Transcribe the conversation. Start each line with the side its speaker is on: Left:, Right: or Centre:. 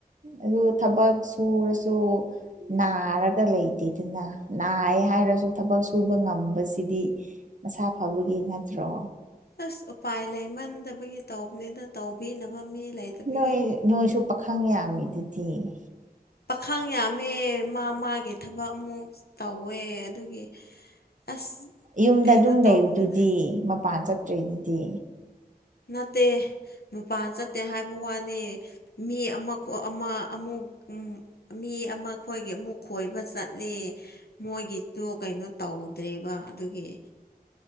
Right: ꯑꯗꯨ ꯊꯕꯛ ꯁꯨꯔꯁꯨ ꯅꯥꯔꯒ ꯂꯩꯇꯦꯗꯅꯥ ꯅꯥꯏ ꯍꯥꯏꯔꯖꯨ ꯊꯕꯛ ꯁꯨꯕ ꯉꯝꯕꯖꯤꯗꯤ ꯃꯁꯥ ꯐꯕꯒꯤ ꯅꯠꯇ꯭ꯔꯣ
Left: ꯑꯁ ꯎꯄꯥꯏ ꯂꯩꯃꯟꯗꯕꯒꯤ ꯇꯧꯕꯅꯤꯗ ꯇꯧꯕꯤꯅꯕ ꯃꯤ ꯂꯩꯇꯕꯒꯤ
Right: ꯅꯣꯏ ꯅꯣꯏꯁꯨ ꯄꯥꯈꯪ ꯌꯥꯝꯃꯤꯗꯨꯗꯤ
Left: ꯄꯥꯈꯪ ꯌꯥꯝꯃꯦ ꯃꯥ ꯃꯥꯒꯤ ꯊꯕꯛ ꯑꯃꯨꯛ ꯇꯧꯋꯦ ꯑꯗꯨꯒꯤ ꯑꯁ
Right: ꯏꯌꯨꯝꯗ
Left: ꯀꯩꯅꯣ
Right: ꯑꯗꯨꯝ ꯂꯩꯕꯗꯨꯗꯤ
Left: ꯇꯧꯕꯅꯤꯗ
Right: ꯃꯄꯥꯟ ꯆꯠꯇ꯭ꯔꯦꯗꯨꯗꯤ
Left: ꯅꯠꯇꯦ ꯃꯄꯥꯟ ꯆꯠꯇꯦ ꯍꯥꯏꯕ ꯋꯥꯅꯤ ꯃꯤ ꯑꯃ ꯈꯣ ꯑꯃ ꯑꯃꯨꯛ ꯎꯝ ꯃꯤ ꯑꯃ ꯈꯣꯏꯒꯤ ꯑꯃꯨꯛ ꯈꯣꯏꯕ ꯆꯠꯂꯦ ꯃꯣꯏꯒꯤꯗꯨ ꯀꯩꯅꯣ ꯇꯧꯗ꯭ꯔꯦꯕ ꯑꯗꯨꯒꯤ